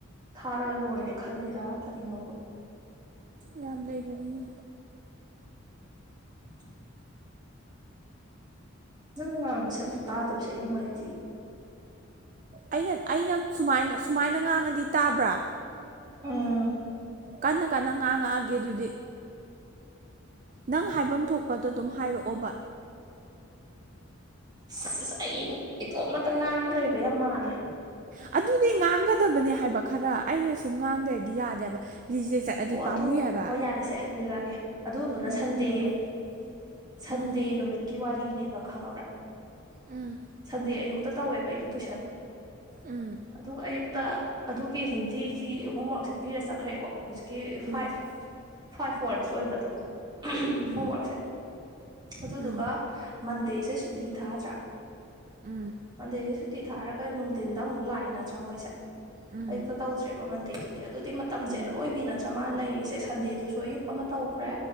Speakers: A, on the right; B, on the right.
A: ꯊꯥꯔꯒ ꯂꯣꯏꯔꯦ ꯈꯜꯂꯤꯔꯥ ꯀꯔꯤꯅꯣꯕ
B: ꯌꯥꯝ ꯂꯩꯕꯅꯤꯅꯦ
A: <inaudible> ꯅꯪ ꯉꯥꯡꯕꯁꯦ ꯑꯝꯇ ꯇꯥꯗꯕꯁꯦ ꯑꯩ ꯅꯨꯡꯉꯥꯏꯇꯤꯌꯦ
B: ꯑꯩꯅ ꯑꯩꯅ ꯁꯨꯃꯥꯏ ꯁꯨꯃꯥꯏꯅ ꯉꯥꯡꯉꯗꯤ ꯇꯥꯕ꯭ꯔꯥ
A: ꯑꯥ
B: ꯀꯟꯅ ꯀꯟꯅ ꯉꯥꯡꯉꯛꯑꯒꯦ ꯑꯗꯨꯗꯤ ꯅꯪ ꯍꯥꯏꯐꯝ ꯊꯣꯛꯄꯗꯣ ꯑꯗꯨꯝ ꯍꯥꯏꯔꯛꯑꯣꯕ
A: ꯁ ꯑꯩ ꯏꯇꯣꯝꯅꯇ ꯉꯥꯡꯉ ꯂꯩꯕ ꯌꯥꯝꯅ ꯃꯥꯜꯂꯦ
B: ꯑꯗꯨꯗꯤ ꯉꯥꯡꯒꯗꯕꯅꯦ ꯍꯥꯏꯕ ꯈꯔ ꯑꯩꯅ ꯁꯨꯝ ꯉꯥꯡ ꯂꯩꯔꯗꯤ ꯌꯥꯗꯦꯕ ꯔꯤꯖꯦꯛ ꯆꯠꯂꯗꯤ
A: ꯑꯣ
B: ꯄꯥꯝꯃꯨꯏ
A: ꯑꯗꯨ
B: ꯍꯥꯏꯕ
A: ꯍꯣꯏ ꯌꯥꯔꯦꯁꯦ ꯂꯤꯔꯛꯑꯒꯦ ꯑꯗꯨꯗꯨꯅ
B: ꯎꯝ
A: ꯁꯟꯗꯦ
B: ꯎꯝ
A: ꯁꯟꯗꯦ
B: ꯎꯝ
A: ꯅꯨꯃꯤꯠꯀꯤ ꯋꯥꯔꯤꯅꯦ ꯕ ꯈꯪꯉꯕ꯭ꯔꯥ
B: ꯎꯝ
A: ꯁꯟꯗꯦ ꯑꯌꯨꯛꯇ ꯇꯧꯋꯦꯕ ꯑꯩꯗꯣ ꯇꯨꯏꯁꯟ
B: ꯎꯝ
A: ꯑꯗꯨ ꯑꯌꯨꯛꯇ ꯑꯗꯨꯒꯤ ꯍꯤꯟ ꯒꯤ ꯊ꯭ꯔꯤ ꯍꯣꯝꯋꯥꯛꯁꯦ ꯄꯤꯔ ꯆꯠꯈ꯭ꯔꯦꯀꯣ ꯍꯧꯖꯤꯛ ꯀ
B: ꯎꯝ
A: ꯐꯥꯏꯄ ꯐꯥꯏꯄ ꯋꯥꯔꯗ ꯑꯣꯏꯕꯗꯣ
B: ꯎꯝ
A: ꯍꯣꯝꯋꯥꯛꯁꯦ ꯑꯗꯨꯗꯨꯒ
B: ꯎꯝ
A: ꯃꯟꯗꯦꯁꯦ ꯇꯤ ꯊꯥꯗ꯭ꯔ
B: ꯎꯝ
A: ꯑꯗꯩꯗ ꯁꯨ ꯇꯤ ꯊꯥꯔꯒ ꯅꯨꯡꯗꯤꯟꯗ ꯑꯃꯨꯛ ꯂꯥꯛꯏ ꯅꯠꯇ꯭ꯔꯥ ꯃꯣꯏꯁꯦ
B: ꯎꯝ
A: ꯑꯌꯨꯛꯇ ꯇꯧꯗꯔ꯭ꯦꯕꯥ ꯃꯥꯟꯗꯦ ꯑꯗꯨ ꯑꯗ ꯑꯗꯨꯗꯤ ꯃꯇꯝꯁꯦ
B: ꯎꯝ
A: ꯑꯔꯣꯏꯕꯤꯅ ꯃ ꯂꯩꯔꯤꯁꯦ ꯁꯟꯗꯦꯗꯨꯁꯨ ꯑꯌꯨꯛ ꯑꯃ ꯇꯧꯈ꯭ꯔꯦ